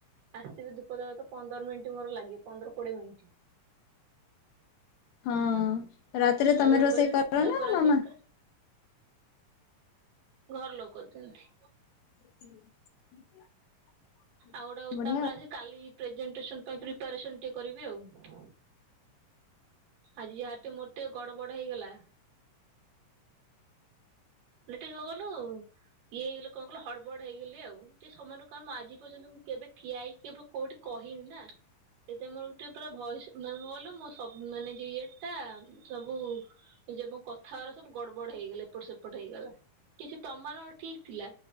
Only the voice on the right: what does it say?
ଆସିକି ଧୂପ ଦେେବା ତ ପନ୍ଦର ମିନିଟ୍ ମୋର ଲାଗେ ପନ୍ଦର କୋଡିଏ ମିନିଟ୍।
ତାପରେ
ଧୂପ
ତାପରେ
ଆସିକି ଘର ଲୋକ ଦିଅନ୍ତି।
ଆଉ ଗୋଟେ
ତାପରେ
ଆସ କାଲି ପ୍ରେଜେଟ ପ୍ରିପାରେସନ୍ ଟିକେ କରିବେ ଆଉ ଆଜି ଯାହା ମୋ ଟେ ଗଡ଼ ବଡ଼ ହେଇଗଲା। <unintelligible> ଇଏ ହେଇଗଲି କଣ କହିଲୁ ହଡବଡ ହେଇଗଲି ଆଉ ଟିକେ ସମନଙ୍କୁ କଣ ଆଜି ପର୍ଯ୍ୟନ୍ତ ମୁଁ କେବେ ଠିଆ ହେଇକି କେବେ କୋଉଠି କହିନି ନା ସେଟା ମୋର ଗୋଟେ ପୁରା ଭୟସ ମାନେ କଁ କହିଲୁ ମୋ ସ ମାନେ ଯ ଇଏ ଟା ସବୁ ଯେ କଥା ଗୁଡ଼ା ସବୁ ଗଡ ବଡ ହେଇଗଲା ଏପଟ ସେପଟ ହେଇଗଲା କିଛି ତମର ଠିକ ଥିଲା।